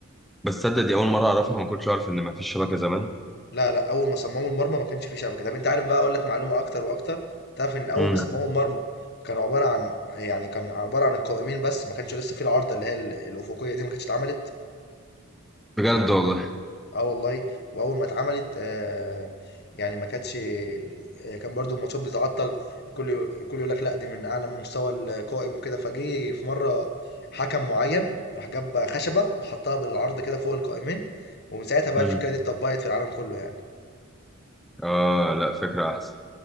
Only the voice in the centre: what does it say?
بس تصدق دي أول مرة أعرفها ما كنتش أعرف إن ما فيش شبكة زمان
مم.
بجد والله
مم.
اه لا فكرة أحسن